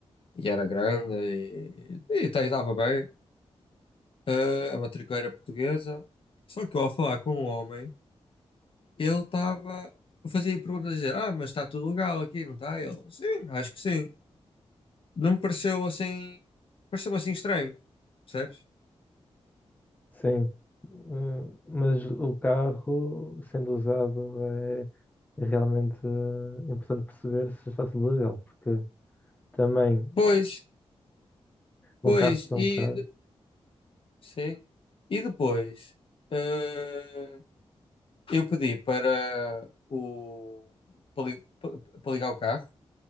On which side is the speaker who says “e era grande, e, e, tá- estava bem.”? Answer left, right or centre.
Left